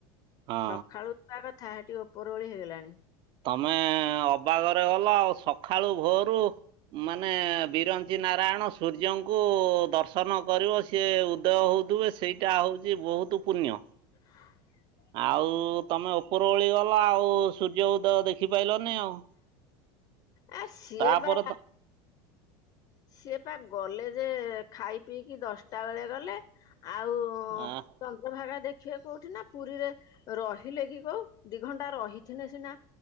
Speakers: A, on the right; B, on the left.
A: ହଁ
B: ସଖାଳୁ ଯିବା କଥା ହେଟି ଉପର ଉଳି ହେଇଗଲାଣି।
A: ତମେ ଅବାଗରେ ଗଲ ଆଉ ସଖାଳୁ ଭୋରୁ ମାନେ ବିରଞ୍ଚି ନାରାୟଣ ସୂର୍ଯ୍ୟଙ୍କୁ ଦର୍ଶନ କରିବ ସିଏ ଉଦୟ ହଉଥିବେ ସେ ସେଇଟା ହଉଚି ବହୁତୁ ପୁଣ୍ୟ।
B: <inaudible>
A: ଆଉ ତମେ ଉପର ଓଳି ଗଲ ଆଉ, ସୂର୍ଯ୍ୟ ଉଦୟ ଦେଖି ଖି ପାଇଲନି ଆଉ।
B: ଆ ସିଏ
A: ତା'ପରେ
B: ବା
A: ତ
B: ସିଏ ପା ଗଲେ ଯେ, ଖାଇ ପିଇକି ଦଶଟା ବେଳେ ଗଲେ। ଆଉ
A: ଆଃ।
B: ଚନ୍ଦ୍ରଭାଗା ଦେଖିବେ କୋଉଠି ନା! ପୁରୀରେ ରହିଲେ କି କୋଉ? ଦି ଘଣ୍ଟା ରହି ଥିନେ ସିନା।